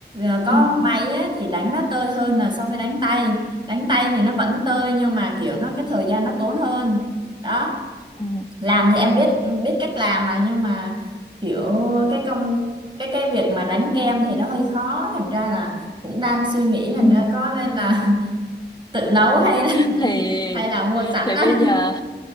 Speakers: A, on the right (about 25°); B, on the left (about 25°).
A: ờ, có
B: ừ,
A: máy á, thì đánh nó tơi hơn là so với đánh tay đánh tay thì nó vẫn tơi nhưng mà kiểu nó cái thời gian nó tốn hơn đó
B: ừ,
A: làm thì em biết biết cách làm mà nhưng mà kiểu cái công cái cái việc mà đánh kem thì nó hơi khó thành ra là cũng đang suy nghĩ là
B: ừ.
A: nó có nên là <laughs> tự nấu hay là,
B: thì
A: hay là mua sẵn
B: thì
A: đây
B: bây giờ